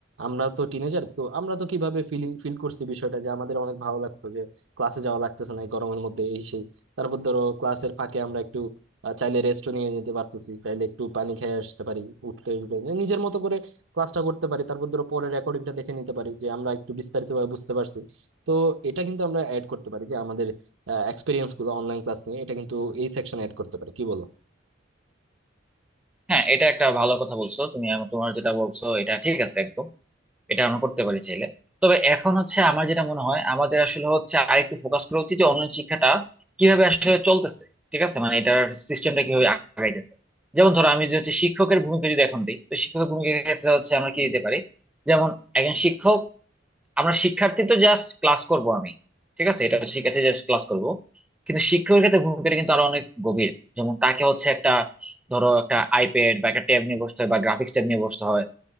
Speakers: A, on the right; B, in the centre.
A: আমরা তো টিনেজার তো আমরা তো কিভাবে ফিলিং ফিল করছি বিষয়টা যে আমাদের অনেক ভালো লাগতো যে ক্লাসে যাওয়া লাগতেছে না এই গরমের মধ্যে এই সেই তারপর ধরো ক্লাসের ফাঁকে আমরা একটু আহ, চাইলে রেস্টও নিয়ে নিতে পারতেছি চাইলে একটু পানি খেয়ে আসতে পারি উঠতে উঠতে মানে নিজের মতো করে ক্লাসটা করতে পারি তারপর ধরো পরে রেকর্ডিংটা দেখে নিতে পারি যে আমরা একটু বিস্তারিতভাবে বুঝতে পারছি তো এটা কিন্তু আমরা অ্যাড করতে পারি যে আমাদের এক্সপিরিয়েন্স গুলো অনলাইন ক্লাস নিয়ে এটা কিন্তু এই সেকশন অ্যাড করতে পারি কি বলো
B: হ্যাঁ এটা একটা ভালো কথা বলছো তুমি আমার- তোমার যেটা বলছো এটা ঠিক আছে একদম এটা আমরা করতে পারি চাইলে তবে এখন হচ্ছে আমার যেটা মনে হয় আমাদের আসলে হচ্ছে আরেকটু ফোকাস করা উচিত যে অনলাইন শিক্ষাটা কিভাবে আসলে চলতেছে ঠিক আছে মানে এটার সিস্টেমটা কিভাবে আগাইতেছে যেমন ধরো আমি যদি হচ্ছে শিক্ষকের ভূমিকা যদি এখন দিই তো শিক্ষকের ভূমিকার ক্ষেত্রে হচ্ছে আমরা কি দিতে পারি যেমন একজন শিক্ষক আমরা শিক্ষার্থী তো জাস্ট ক্লাস করব আমি ঠিক আছে এটা
A: হুম
B: শিক্ষার্থী জাস্ট ক্লাস করব কিন্তু শিক্ষকের ক্ষেত্রে ভূমিকাটা কিন্তু আরো অনেক গভীর যেমন তাকে হচ্ছে একটা ধরো একটা আইপ্যাড বা একটা ট্যাব নিয়ে বসতে হয় বা গ্রাফিক্স ট্যাব নিয়ে বসতে হয়